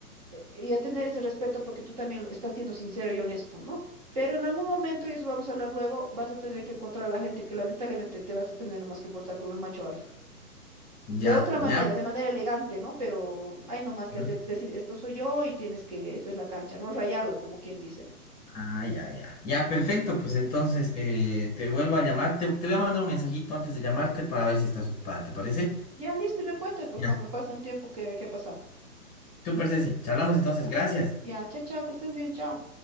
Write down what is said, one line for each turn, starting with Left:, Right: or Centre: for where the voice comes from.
Right: eh, y a tener ese respeto porque tú también lo- estás siendo sincero y honesto, ¿no? Pero en algún momento, y eso vamos a hablar luego, vas a tener que encontrar a la gente que lamentablemente te vas a tener nomás que portar como el macho alfa. De
Left: ya,
Right: otra manera,
Left: ya.
Right: de manera elegante, ¿no? Pero hay nomás que
Left: Ujú.
Right: hacer, decir, esto soy yo y tienes que, esta es la cancha, ¿no? Rayarla, como quien dice, ¿no?
Left: Ah, ya, ya. Ya, perfecto, pues entonces eh, te vuelvo a llamar, te, te voy a mandar un mensajito antes de llamarte para ver si estás ocupada, ¿te parece?
Right: Ya listo, y me cuentas, pues
Left: Ya.
Right: cuando pase un tiempo qué qué ha pasado.
Left: Súper, Ceci, charlamos entonces,
Right: Ya,
Left: gracias.
Right: ya, chao, chao, que estés bien, chao.